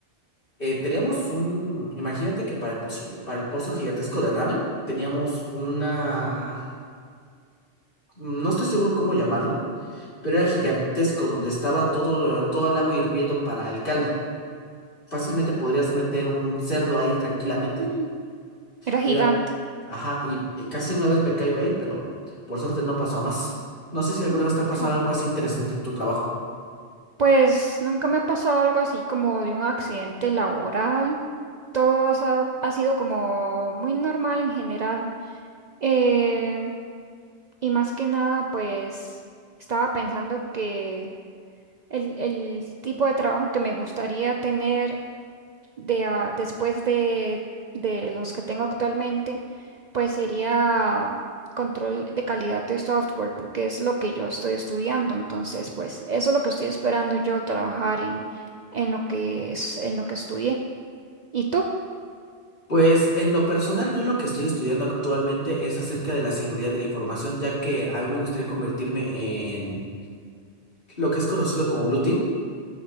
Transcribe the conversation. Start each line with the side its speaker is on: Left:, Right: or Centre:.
Left: eh, teníamos un, imagínate que para el pozo, para el pozo gigantesco de ramen, teníamos una, no estoy seguro cómo llamarlo, pero era gigantesco, donde estaba todo, todo el agua hirviendo para el caldo. Fácilmente podrías meter un cerdo ahí tranquilamente.
Right: mm, era gigante.
Left: Y era- ajá, y eh, casi una vez me caigo ahí, pero por suerte no pasó a más. No sé si alguna vez te ha pasado
Right: Ajá.
Left: algo así interesante en tu trabajo.
Right: Pues nunca me ha pasado algo así como de un accidente laboral. Todo ha, sa- ha sido como muy normal en general. Eh, y más que nada, pues estaba pensando que el, el tipo de trabajo que me gustaría tener de, ah, después de, de los que tengo actualmente, pues sería control de calidad de software, porque es lo que yo estoy estudiando. Entonces, pues eso es lo que estoy esperando yo trabajar en, en lo que es, en lo que estudié. ¿Y tú?
Left: Pues en lo personal, yo lo que estoy estudiando actualmente es acerca de la seguridad de la información, ya que a mí me gustaría convertirme en lo que es conocido como Blue Team,